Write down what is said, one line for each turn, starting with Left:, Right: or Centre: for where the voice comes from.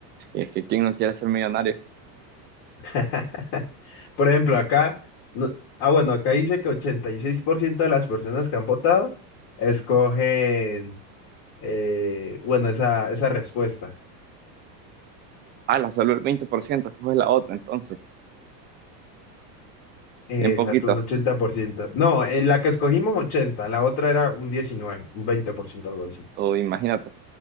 Right: Y es que ¿quién no quiere ser millonario?
Left: <laughs> Por ejemplo, acá, no- ah, bueno, acá dice que 86% de las personas que han votado escogen, eh, bueno, esa, esa respuesta.
Right: Ah, la solo el 20%, coge la otra entonces.
Left: Eh,
Right: Bien poquito,
Left: Exacto, un 80%. No, en la que escogimos 80, la otra era un 19, un 20%, algo así.
Right: o imagínate.